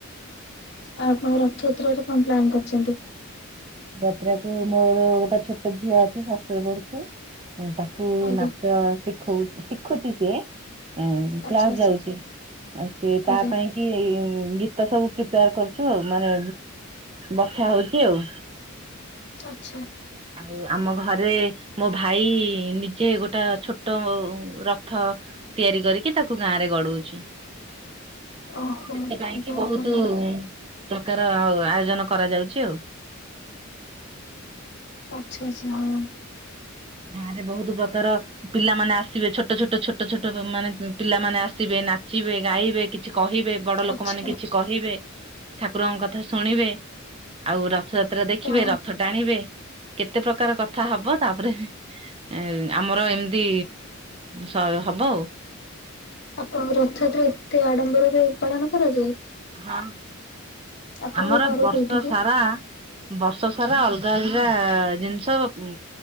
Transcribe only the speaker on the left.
ଆଉ ଆପଣ ରଥଯାତ୍ରରେ କଣ ପ୍ଲାନ୍ କରିଛନ୍ତି।
ଆଜ୍ଞା
ଆଚ୍ଛା
ଆଚ୍ଛା
ଆଜ୍ଞା
ଆଚ୍ଛା ଆଛା।
ଓହୋ
ଭଲ
ଆଚ୍ଛା ଆଚ୍ଛା ହଁ।
ଆଚ୍ଛା
ଓହୋ।
ଆପଣଙ୍କ ରଥଯାତ୍ରା ଏତେ ଆଡମ୍ବରରେ ପାଳନ କରାଯାଏ।
ଆପଣଙ୍କ
ଘର
କୋଉଠି କି?